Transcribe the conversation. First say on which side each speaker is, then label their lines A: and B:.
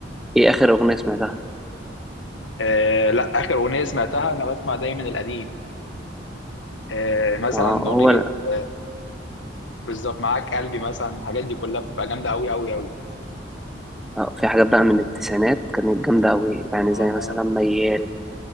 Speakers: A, in the centre; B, on the left.
A: إيه آخر أغنية سمعتها؟
B: آه لا اخر اغنيه سمعتها انا بسمع دايما القديم آه مثلا
A: آه
B: اغنيه
A: هو
B: آه بالظبط معاك قلبي مثلا الحاجات دي كلها بتبقى جامده قوي قوي قوي
A: آه في حاجات بقى من التسعينات كانت جامدة أوي يعني
B: اه
A: زي مثلا ميال